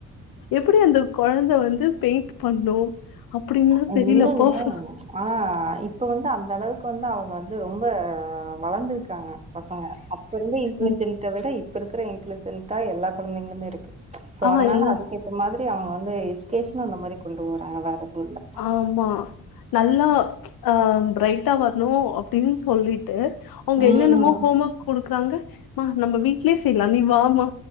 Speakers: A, on the left; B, on the right.
A: எப்பிடி அந்த கொழந்த வந்து பெயிண்ட் பண்ணு அப்டின்லா
B: அ
A: தெரில
B: என்னங்க
A: பர்ஃப
B: அ இப்ப வந்து அந்த அளவுக்கு வந்து அவங்க வந்து ரொம்ப வளந்திருக்காங்க பசங்க அப்ப இருந்த இன்டெலிஜென்ட்ட
A: ம்
B: விட இப்ப இருக்கிற இன்டெலிஜென்டா எல்லா கொழந்தைங்களுமே இருக்கு சோ
A: ஆ
B: அதனால
A: எல்லா
B: அதுக்கேத்த மாதிரி அவங்க வந்து எஜிகேஷனு அந்த மாரி கொண்டு போறாங்க வேறெது இல்ல
A: ஆமா நல்லா ஆ ப்ரைட்டா வர்ணு அப்டின் சொல்லிட்டு அவங்க
B: ம்
A: என்னென்னமோ ஹோம் ஒர்க் குடுக்குறாங்க மா நம்ம வீட்லே செய்லா நீ வாமா